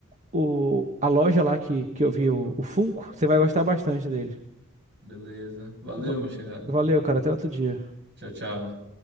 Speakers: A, on the right (about 35°); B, on the right (about 55°).
A: o, a loja lá que, que eu vi o, o Funko. Você vai gostar bastante dele.
B: Beleza. Valeu,
A: Va-
B: meu chegado.
A: Valeu, cara. Até outro dia.
B: Tchau, tchau.